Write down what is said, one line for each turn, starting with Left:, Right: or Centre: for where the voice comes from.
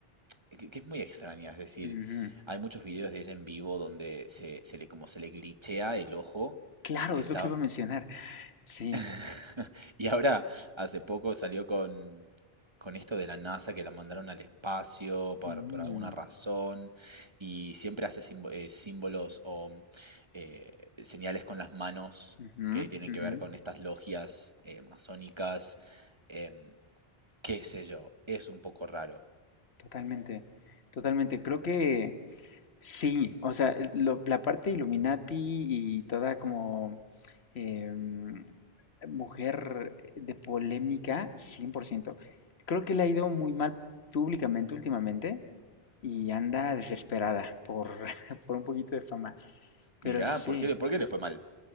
Right: que, que es muy extraña, es decir,
Left: ujú.
Right: hay muchos videos de ella en vivo donde se, se le como se le glitchea el ojo.
Left: Claro,
Right: Está
Left: es lo que iba a mencionar. Sí.
Right: <laughs> y ahora hace poco salió con con esto de la NASA que la mandaron al espacio por,
Left: Mm.
Right: por alguna razón y siempre hace simbo- eh, símbolos o eh, señales con las manos
Left: Ujú,
Right: que tienen
Left: ujú,
Right: que ver con estas logias eh, masónicas, em, qué sé yo, es un poco raro.
Left: Totalmente, totalmente. Creo que sí, o sea, el- lo- la parte Illuminati y toda como em, mujer de polémica, cien por ciento Creo que le ha ido muy mal públicamente últimamente y anda desesperada por, <laughs> por un poquito de fama,
Right: Mirá,
Left: pero sí.
Right: ¿por qué le, por qué le fue mal?